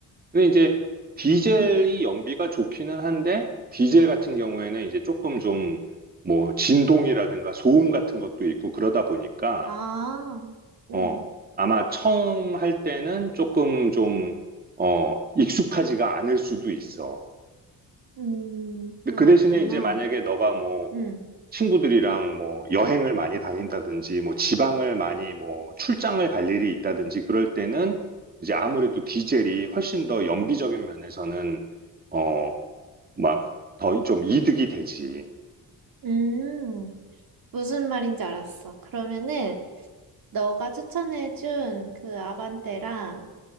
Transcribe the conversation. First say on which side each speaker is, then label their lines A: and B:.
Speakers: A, on the right; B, on the right.
A: 근데 이제 디젤이
B: 응,
A: 연비가 좋기는 한데 디젤 같은 경우에는 이제 조금 좀 뭐 진동이라든가 소음 같은 것도 있고 그러다 보니까
B: 아, 응,
A: 어 아마 처음 할 때는 조금 좀 어 익숙하지가 않을 수도 있어.
B: 음, 그렇구나.
A: 근데 그 대신에 이제 만약에 너가 뭐
B: 응,
A: 친구들이랑 뭐 여행을 많이 다닌다든지 뭐 지방을 많이 뭐 출장을 갈 일이 있다든지 그럴 때는 이제 아무래도 디젤이 훨씬 더 연비적인 면에서는 어, 막 더 좀 이득이 되지.
B: 음, 무슨 말인지 알았어. 그러면은, 너가 추천해준 그 아반떼랑,